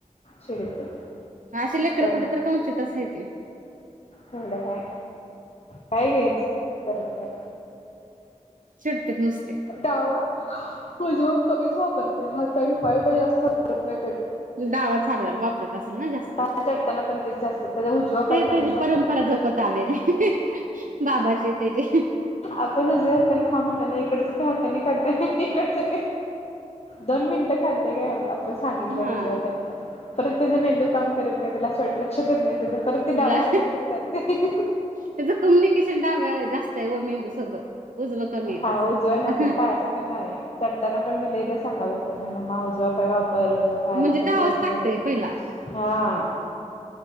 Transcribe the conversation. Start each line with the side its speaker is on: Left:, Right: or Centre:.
Left: चिडतोय.
Right: अशी लेकरं
Left: तो
Right: कुठेतरी कवचितच आहे ती.
Left: तेवढं हाय, काय घ्यायच करत नाही.
Right: चिडत्यात नुसते.
Left: डावा उजवा कमीच वापरतोय हात आणि पाय पण जास्त वापरत नाही कधी
Right: डावाच लई आहे वापर असेल ना जास्त,
Left: पाया चढताना पण तीच जास्त त्याचा उजवा
Right: ते
Left: पाय कमीच
Right: त्याची
Left: वापरते.
Right: परंपरा जपत आलेली बाबाची त्यजी.
Left: आपण उजव्या हातानी खा म्हणल ना इकडचं ते हातानी खातय इकडचं दोन मिनिटं खातंय काय आपण सांगितल्यावर
Right: हा.
Left: उजव्या हातानी खा. परत त्याचा मेंदू काम करत नाही त्याला अस वाटलं लक्षात येत नाही त्याच्या परत ते
Right: ल
Left: डाव्या हाताकडेच जाते.
Right: त्याचं कम्युनिकेशन डाव्या जास्त आहे ओ मेंदू सोबत उजवं कमी आहे
Left: हा
Right: त्याच
Left: उजवन आहे. पायाचं पण नाही. चढताना पण मी लईदा सांगावं लागतय रमा उजवा पाय वापर उजवा पाय पायला
Right: म्हणजे
Left: पण
Right: डावच
Left: जरते
Right: टाकतय पहिला
Left: हा.